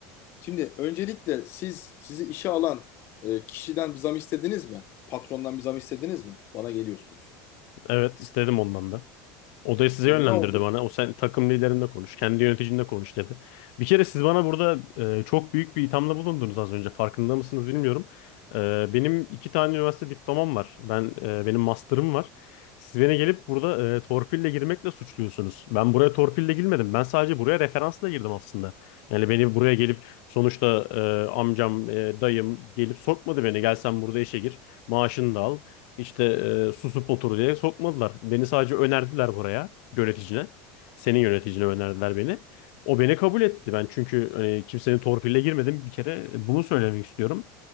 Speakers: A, on the left; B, on the left.
A: Şimdi öncelikle siz sizi işe alan e, kişiden bir zam istediniz mi? Patrondan bir zam istediniz mi? Bana geliyorsunuz.
B: Evet istedim ondan da. Odayı size
A: E,
B: yönlendirdi
A: ne oldu?
B: bana. O sen takım liderinle konuş, kendi yöneticinle konuş dedi. Bir kere siz bana burada e, çok büyük bir ithamda bulundunuz az önce. Farkında mısınız bilmiyorum. E, benim iki tane üniversite diplomam var. Ben e, benim master'ım var. Siz beni gelip burada e, torpille girmekle suçluyorsunuz. Ben buraya torpille girmedim. Ben sadece buraya referansla girdim aslında. Yani beni buraya gelip sonuçta e, amcam, e, dayım gelip sokmadı beni. Gel sen burada işe gir, maaşını da al. İşte e, susup otur diye sokmadılar. Beni sadece önerdiler buraya yöneticine. Senin yöneticine önerdiler beni. O beni kabul etti. Ben çünkü hani, kimsenin torpille girmedim. Bir kere bunu söylemek istiyorum.